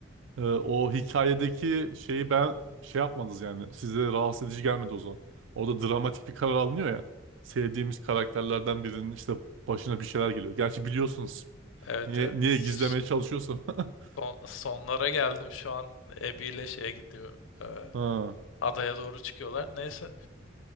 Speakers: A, on the right; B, on the left.
A: Ee, o hikayedeki şeyi ben şey yapmadınız yani. Size rahatsız edici gelmedi o zaman. Orada dramatik bir karar alınıyor ya. Sevdiğimiz karakterlerden birinin işte başına bir şeyler geliyor. Gerçi biliyorsunuz.
B: Evet
A: Niye,
B: evet.
A: niye gizlemeye çalışıyorsun? <laughs>
B: Son, sonlara geldim. Şu an Abby ile şeye gidiyor. e,
A: Ha.
B: adaya doğru çıkıyorlar. Neyse